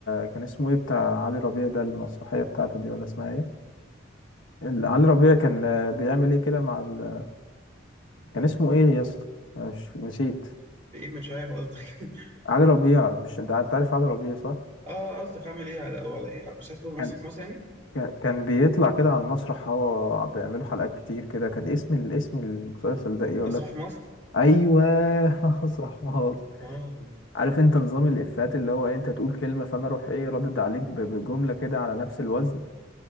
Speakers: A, on the left (about 65°); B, on the right (about 35°).
A: كان اسمه ايه بتاع علي ربيع ده المسرحية بتاعته دي ولا اسمها ايه ال- علي ربيع كان آه، بيعمل ايه كده مع ال... كان اسمه ايه يا اسطى مش نسيت
B: في ايه مش عارف قصدك <laughs>
A: علي ربيع مش انت عارف علي ربيع صح
B: اه قصدك عامل ايه على او على ايه على مسرح مسرح
A: كان
B: مصر يعني
A: ك- كان بيطلع كده على المسرح هو بيعملوا حلقات كتير كده كان اسم الاسم المسلسل ده ايه
B: مسرح
A: ولا
B: مصر
A: ايوه <laughs> مسرح مصر
B: اه
A: عارف انت نظام الافيهات اللي هو إيه، انت تقول كلمه فانا اروح ايه ردد عليك ب- بجمله كده على نفس الوزن